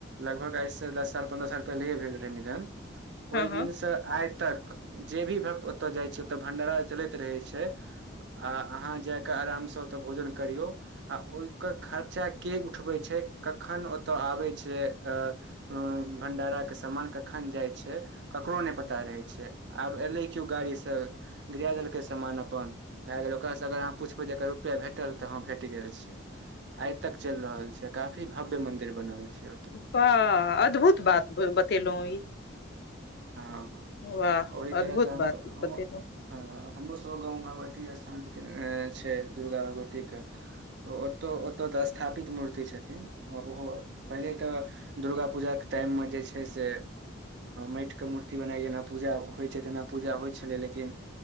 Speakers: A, on the right; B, on the left.
A: लगभग आइसँ दस साल पन्द्रह साल पहिले भेल रहे निधन ओहि
B: हँ
A: दिनसँ
B: हँ
A: आ तक जे भी भक्त ओतय जाइ छै ओतऽ भं्डारा चलैत रहै छै आ अहाँ जा कऽ आरामसँ ओतय भोजन करियौ आ ओहिकर खर्चा के उठबै छै कखन ओतय आबै छै अ भंडारा के सामान कखन जाइ छै ककरो नहि पता रहै छै आब एले कि केओ गाड़ी से गिरा देलकै सामान अपन भए गेल ओकरासँ अगर अहाँ पुछि पड़ै अर रुपैआ भेटल तऽ हँ भेट गेल छै आइ तक चलि रहल छै काफी भव्य मंदिर बनल छै ओतऽ
B: वाह अद्भुत बात बतेलहुँ ई
A: हँ हँ
B: वाह
A: ओहि तरहसँ
B: अद्भुत
A: हम
B: बात
A: हम
B: बतेलौं
A: हँ हमरोसभ गाँवमे भगवती स्थान छै दुर्गा भगवतीके तऽ ओतऽ ओतय तऽ स्थापित मूर्ति छथिन ओहो पहिले तऽ दुर्गा पूजाके टाइममे जे छै से मैट के मूर्ति बनाइ जेना पूजा होइ छै तऽना पूजा होइ छलै लेकिन